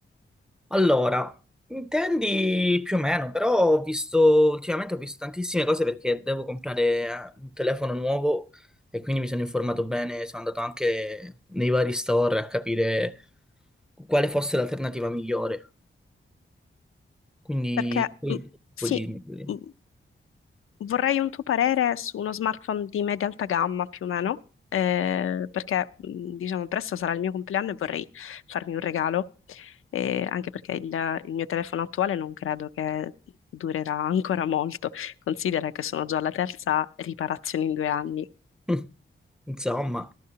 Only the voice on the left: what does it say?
Perché
mm, sì,
mm, vorrei un tuo parere su uno smartphone di media alta gamma più o meno, eh, perché mm, diciamo presto sarà il mio compleanno e vorrei farmi un regalo, eh, anche perché il, il mio telefono attuale non credo che durerà <laughs> ancora molto, considera che sono già alla terza riparazione in due anni.